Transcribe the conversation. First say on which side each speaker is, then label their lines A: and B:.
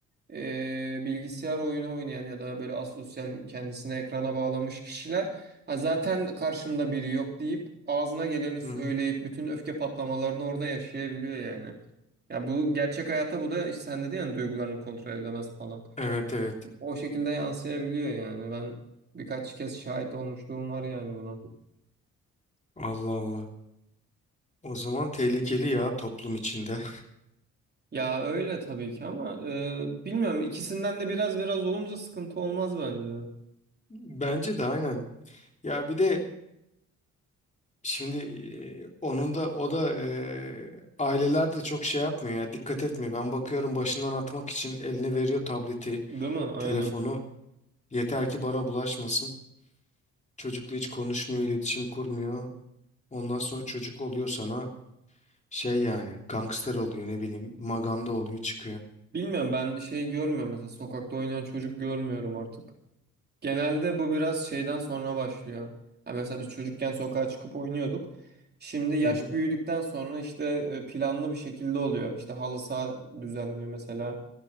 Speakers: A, on the right; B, on the left.
A: e, bilgisayar oyunu oynayan ya da böyle asosyal kendisini ekrana bağlamış kişiler ha, zaten karşımda biri yok deyip ağzına geleni söyleyip
B: Hı hı.
A: bütün öfke patlamalarını orada yaşayabiliyor yani. Ya bu gerçek hayata bu da işte sen dedin ya hani duygularını kontrol edemez falan.
B: Evet evet.
A: O şekilde yansıyabiliyor yani. Ben birkaç kez şahit olmuşluğum var yani buna.
B: Allah Allah. O zaman tehlikeli ya toplum içinde.
A: Ya öyle tabii ki ama e, bilmiyorum ikisinden de biraz biraz olunca sıkıntı olmaz bence.
B: <laughs> Bence de aynen. Ya bir de şimdi e, onun da o da e, aileler de çok şey yapmıyor ya dikkat etmiyor. Ben bakıyorum başından atmak için eline veriyor tableti,
A: Değil mi? Aynen.
B: telefonu. Yeter ki bana bulaşmasın. Çocukla hiç konuşmuyor, iletişim kurmuyor. Ondan sonra çocuk oluyor sana. Şey yani gangster oluyor ne bileyim maganda oluyor çıkıyor.
A: Bilmiyorum ben şey görmüyorum mesela sokakta oynayan çocuk görmüyorum artık. Genelde bu biraz şeyden sonra başlıyor. Ha, mesela biz çocukken sokağa çıkıp oynuyorduk. Şimdi yaş
B: Hı hı.
A: büyüdükten sonra işte e, planlı bir şekilde oluyor. İşte halı saha düzenliyor mesela